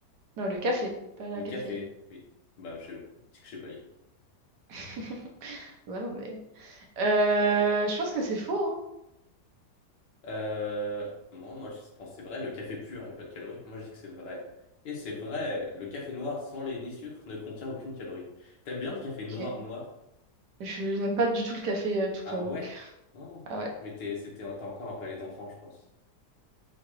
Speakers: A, on the right; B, on the left.
A: Non, le café, pas la
B: Le
A: caféine.
B: café, oui. Bah, je dis que je sais pas
A: <laughs> Ouais, non, mais... Euh, je pense que c'est faux, hein.
B: Euh, moi, moi, je pense que c'est vrai. Le café pur, il n'y a pas de calories. Moi, je dis que c'est vrai. Et c'est vrai, le café noir sans lait ni sucre ne contient aucune calorie. T'aimes bien le café noir
A: Ok.
B: noir?
A: Je n'aime pas du tout le café euh, tout
B: Ah
A: court.
B: ouais?
A: Donc.
B: Oh.
A: Ah ouais.
B: Mais t'es, c'était, t'as encore un palais d'enfant, je pense.